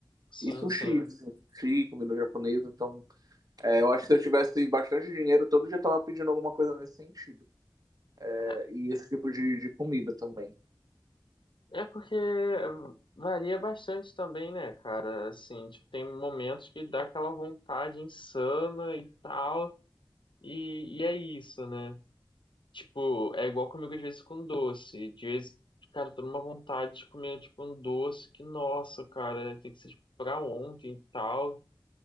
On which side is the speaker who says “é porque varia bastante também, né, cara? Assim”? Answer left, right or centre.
Left